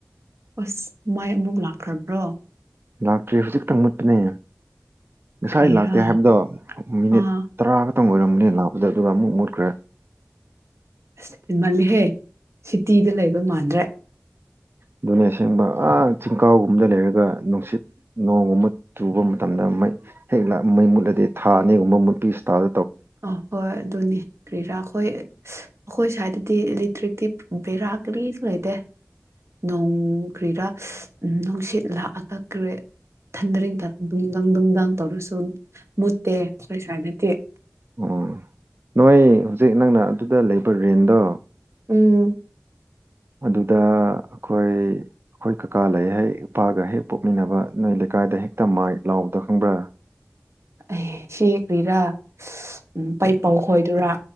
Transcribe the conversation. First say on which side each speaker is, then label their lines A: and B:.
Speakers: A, on the right (about 65°); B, on the right (about 50°).
A: ꯑꯁ ꯃꯥꯏ ꯑꯃꯨꯛ ꯂꯥꯛꯈ꯭ꯔꯕ꯭ꯔꯣ
B: ꯂꯥꯛꯇ꯭ꯔꯤ ꯍꯧꯖꯤꯛꯇ ꯃꯨꯠꯄꯅꯦ ꯉꯁꯥꯏ
A: ꯀꯔꯤꯔꯥ
B: ꯂꯥꯛꯇꯦ ꯍꯥꯏꯕꯗꯣ ꯃꯤꯅꯤꯠ
A: ꯑꯥ
B: ꯇꯔꯥ ꯈꯛꯇꯪ ꯑꯣꯏꯔꯝꯅꯤ ꯂꯥꯛꯄꯗ ꯑꯗꯨꯒ ꯑꯃꯨꯛ ꯃꯨꯠꯈ꯭ꯔꯦ
A: ꯑꯁ ꯍꯦꯟꯃꯜꯂꯦꯍꯦ ꯁꯤꯇꯤꯗ ꯂꯩꯕ ꯃꯥꯟꯗ꯭ꯔꯦ
B: ꯑꯗꯨꯅꯦ ꯑꯁꯦꯡꯕ ꯑ ꯆꯤꯡꯀꯥꯎꯒꯨꯝꯗ ꯂꯩꯔ ꯑꯗꯨꯒ ꯅꯨꯡꯁꯤꯠ ꯅꯣꯡꯒꯨꯝꯕ ꯆꯨꯕ ꯃꯇꯝꯗ ꯃꯩ ꯍꯦꯛ ꯃꯩ ꯃꯨꯠꯂꯗꯤ ꯊꯥ ꯑꯅꯤꯒꯨꯝꯕ ꯃꯨꯠꯄꯤ ꯏꯁꯇꯥꯏꯜ
A: ꯑ ꯍꯣꯏ ꯑꯗꯨꯅꯤ ꯀꯔꯤꯔꯥꯈꯣꯏ ꯑꯈꯣꯏ ꯁꯥꯏꯗꯗꯤ ꯏꯂꯦꯇ꯭ꯔꯤꯛꯇꯤꯞ ꯕꯦꯔꯥ ꯀꯔꯤꯁꯨ ꯂꯩꯇꯦ ꯅꯣꯡ ꯀꯔꯤꯔꯥ ꯎꯝ ꯅꯨꯡꯁꯤꯠ ꯂꯥꯛꯑꯒ ꯀꯔꯦ ꯊꯟꯗꯔꯤꯡ ꯅꯨꯡꯗꯥꯡ ꯅꯨꯡꯗꯥꯡ ꯇꯧꯔꯁꯨ ꯃꯨꯠꯇꯦ ꯑꯈꯣꯏ ꯁ꯭꯭ꯥꯋꯥꯏꯗꯤ
B: ꯑꯣ ꯅꯣꯏ ꯍꯧꯖꯤꯛ ꯅꯪꯅ ꯑꯗꯨꯗ ꯂꯩꯕ ꯔꯦꯟꯗꯣ
A: ꯎꯝ
B: ꯑꯗꯨꯗ ꯑꯈꯣꯏ ꯑꯈꯣꯏ ꯀꯀꯥ ꯂꯩ ꯍꯦꯛ ꯏꯄꯥꯒ ꯍꯦꯛ ꯄꯣꯛꯃꯤꯟꯅꯕ ꯅꯣꯏ ꯂꯩꯀꯥꯏꯗ ꯍꯦꯛꯇ ꯃꯥꯏꯛ ꯂꯥꯎꯕꯗꯨ ꯈꯪꯕ꯭ꯔꯥ
A: ꯑꯦ ꯁꯤ ꯀ꯭ꯔꯤꯔꯥ ꯎꯝ ꯄꯩꯄꯥꯎ ꯈꯣꯏꯗꯨꯔꯥ